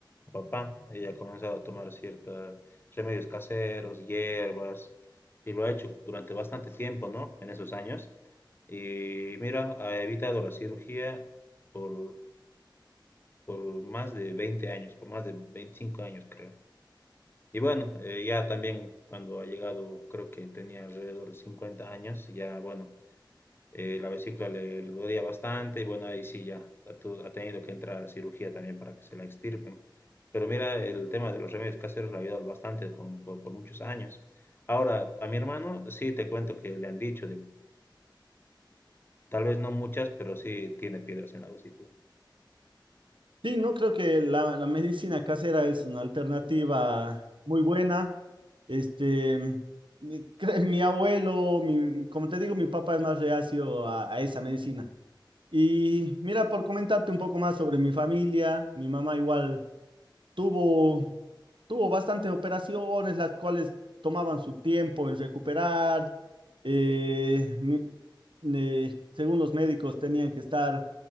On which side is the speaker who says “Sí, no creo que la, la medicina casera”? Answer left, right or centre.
Right